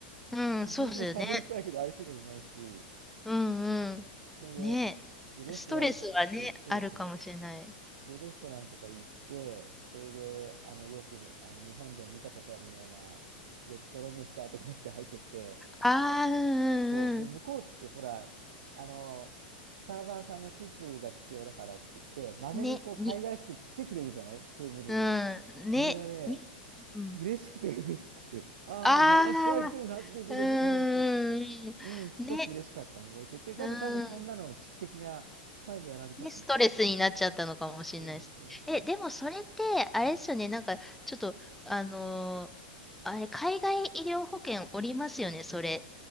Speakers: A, in the centre; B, on the right.
A: うん。
B: 日本語を喋りたいけど相手がいないし、
A: そうですよね。うん、うん。
B: それ
A: ね
B: で、で、
A: え。
B: レストラン、
A: ストレスはね、
B: そうストレス、
A: あるかもしれない。
B: ストレス。で、レストランとか行って、それで、あの、よく、あの、日本では見たことあるような、レッドロブスターとかって入ってて、
A: ああ、うん、うん、
B: そう。で、
A: うん。
B: 向こうって、ほら、あの、サーバーさんがチップが必要だからって言って、まめにこう、
A: ね、に、
B: 海外しく来てくれるじゃないテーブルに。
A: うん。ね、
B: それがね、
A: に、うん。
B: 嬉しくて <laughs> 嬉しくて、ああ、
A: ああ、
B: 話し相手になってくれる、
A: うーん。
B: この人。うん、すごく嬉しかったの覚えてて、
A: ね。
B: 多分、
A: うーん。
B: 多分そんなのの蓄積が最後やられちゃった。
A: で、ストレスになっちゃったのかもしれないです。
B: そうそうそうそ
A: え、でもそれって、あれですよね。
B: う。うん
A: なんか、ちょっと、あのーあれ、海外医療保険おりますよね、それ。